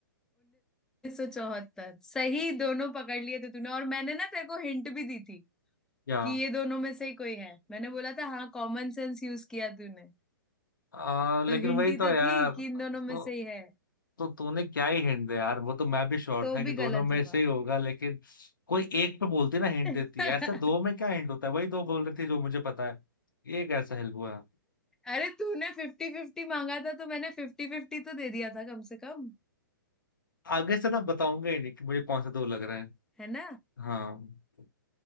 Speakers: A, in the centre; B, on the left.
A: सौ चौहत्तर सही दोनों पकड़ लिए थे तूने और मैंने ना तेरे को हिंट भी दी थी
B: क्या
A: कि ये दोनों में से ही कोई है मैंने बोला था हाँ कॉमन सेंस यूज किया तूने
B: आ, लेकिन
A: तो हिंट
B: वही
A: ही
B: तो
A: तो
B: यार
A: थी कि
B: तो
A: इन दोनों में से ही है
B: तो तूने क्या ही हिंट दे यार वो तो मैं भी श्योर
A: तो
B: था कि
A: भी
B: दोनों
A: गलत
B: में
A: जवाब
B: से ही होगा लेकिन कोई एक पे बोलती ना हिंट
A: <laughs>
B: देती है ऐसे दो में क्या हिंट होता है वही दो बोल रही थी जो मुझे पता है ये कैसा हेल्प हुआ
A: अरे तूने फिफ्टी फिफ्टी मांगा था तो मैंने फिफ्टी फिफ्टी तो दे दिया था कम से कम
B: आगे से ना बताऊंगा ही नहीं कि मुझे कौन से दो लग रहे हैं
A: है ना
B: हाँ